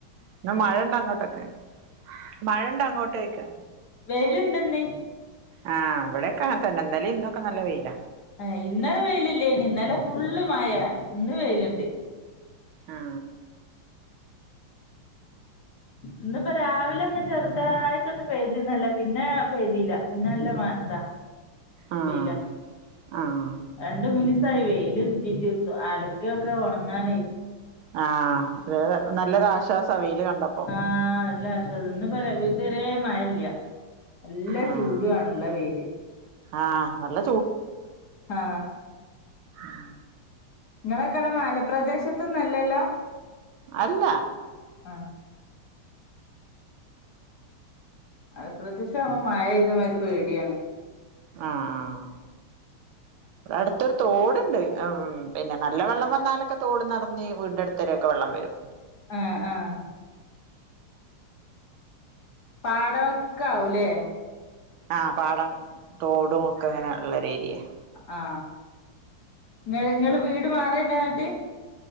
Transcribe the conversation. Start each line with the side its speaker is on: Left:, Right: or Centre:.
Right: ഇന്ന് മഴണ്ടാ അങ്ങോട്ടൊക്കെ? മഴണ്ടോ അങ്ങോട്ടോയ്ക്ക?
Left: വെയില്ണ്ട് ഇന്ന്
Right: ആ ഇവടെയക്കെ അങ്ങൻ തന്നെ ഇന്നലിം ഇന്നൊക്കെ നല്ല വെയില.
Left: ഏ ഇന്നലെ വെയിലില്ലേനി ഇന്നലെ ഫുള്ള് മഴ ഇന്ന് വെയിലുണ്ട്.
Right: ആ
Left: ഇന്ന്പ്പ രാവിലെ ഒന്ന് ചെർതായിട്ടൊന്ന് പെയ്ത് ഇന്നലെ പിന്നെ പെയ്തില്ല പിന്നെ നല്ല മ ഇതാ
Right: ആ
Left: വെയില
Right: ആഹ്
Left: രണ്ട് മൂന്നി സായി വെയില് കിട്ടീട്ട് അലക്കക്കെ ഒണങ്ങാനേയ്
Right: ആ അതെ അതെ നല്ലൊരു ആശ്വാസ വെയില് കണ്ടപ്പോ.
Left: ആ എല്ലേ <unintelligible> ഇതുവരേ മഴല്ല. എല്ല
Right: ആഹ്
Left: ചൂടു ആണ് ഇള്ള വെയില്
Right: ആഹ് നല്ല
Left: ആ
Right: ഉം
Left: ഇങ്ങളെക്കെ അഒടെ മാല പ്രദേശത്തൊന്നും അല്ലല്ലോ?
Right: അല്ല
Left: ആഹ് മല പ്രദേശം ആവ്മ്പോ മഴയ്തമാരി പേടിയാണ്.
Right: ആഹ് ആഹ് ഇവടെ അട്ത്തൊരു തോട്ണ്ട് അം പിന്നെ നല്ല വെള്ളം വന്നാലൊക്കെ തോട് ന്നറഞ്ഞ് വീടിന്റെടുത്തരൊക്കെ വെള്ളം വരും.
Left: ആഹ് ആഹ് പാട വക്കാവൂലേ?
Right: ആ പാടം തോടും ഒക്കെ ഇങ്ങനെ ഇള്ളരു ഏരിയേ.
Left: ആ ഇങ്ങള് ഇങ്ങള് വീട് മാറേണ്ടോ ഇങ്ങട്ട്?